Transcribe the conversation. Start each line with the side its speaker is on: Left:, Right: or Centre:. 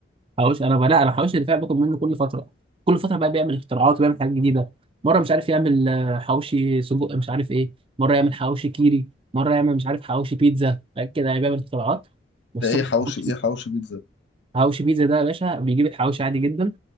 Right: حوش انا بقى لا انا حوش الدفاع باخد منه كل فتره كل فتره بقى بيعمل اختراعات وبيعمل حاجات جديده مره مش عارف يعمل آه، حوشي سجق مش عارف ايه مره يعمل حوشي كيري مره يعمل مش عارف حوشي بيتزا حاجات كده يعني بيعمل اختراعات بس
Left: ده ايه
Right: هو
Left: حواوشي
Right: حوشي
Left: ايه حواوشي بيتزا
Right: حوشي بيتزا ده يا باشا بيجيب الحوشي عادي جدا